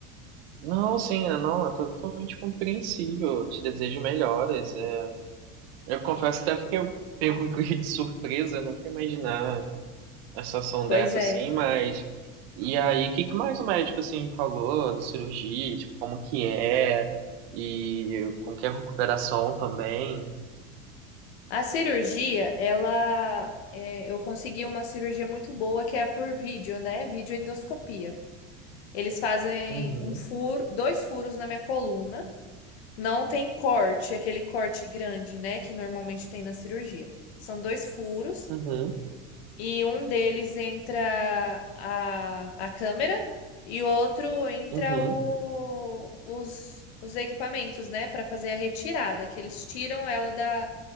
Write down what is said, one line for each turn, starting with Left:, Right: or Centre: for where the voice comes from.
Right: Não, sim, não, é totalmente compreensível. eu Te desejo melhoras. É, eu confesso até porque eu pego <laughs> de surpresa, eu nunca ia imaginar a situação
Left: Pois
Right: dessa
Left: é.
Right: assim, mas e aí, o que que mais o médico assim falou da cirurgia, tipo, como que é e como que é a recuperação também?
Left: A cirurgia, ela. é, eu consegui uma cirurgia muito boa que é a por vídeo, né? Videoendoscopia. Eles fazem
Right: Uhum,
Left: um furo, dois furos na minha coluna. Não tem corte, aquele corte grande, né, que normalmente tem na cirurgia. São dois furos
Right: uhum,
Left: e um deles entra a, a câmera e outro entra
Right: uhum.
Left: o, os, os equipamentos, né, para fazer a retirada, que eles tiram ela da,